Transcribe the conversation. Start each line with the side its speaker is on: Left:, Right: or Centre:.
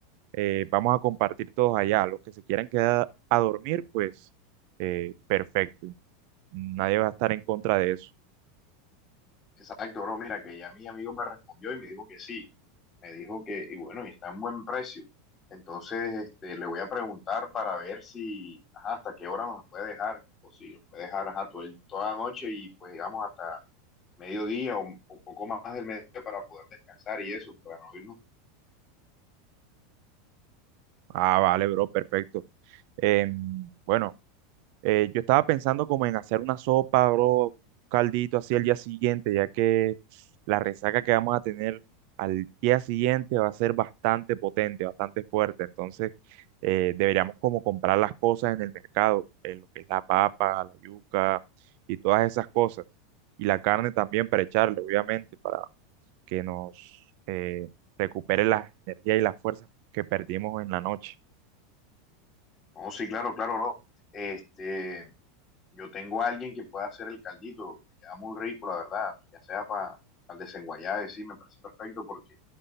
Right: eh, vamos a compartir todos allá. Los que se quieran quedar a dormir, pues eh, perfecto. Nadie va a estar en contra de eso.
Left: Exacto, bro. Mira, que ya mi amigo me respondió y me dijo que sí. Me dijo que, y bueno, y está en buen precio. Entonces, este, le voy a preguntar para ver si, ajá, hasta qué hora nos puede dejar. O si nos puede dejar, ajá, todo el- toda la noche y pues digamos hasta mediodía o, o poco más del mediodía para poder descansar y eso, para no irnos.
Right: Ah, vale, bro, perfecto. Em, bueno. Eh, yo estaba pensando como en hacer una sopa, bro, un caldito así al día siguiente, ya que la resaca que vamos a tener al día siguiente va a ser bastante potente, bastante fuerte. Entonces, eh, deberíamos como comprar las cosas en el mercado, eh, lo que es la papa, la yuca y todas esas cosas. Y la carne también para echarle, obviamente, para que nos eh, recupere las energías y las fuerzas que perdimos en la noche.
Left: No, sí, claro, claro, bro. Este, yo tengo a alguien que pueda hacer el caldito, que queda muy rico, la verdad, ya sea para el desenguayabe, sí, me parece perfecto porque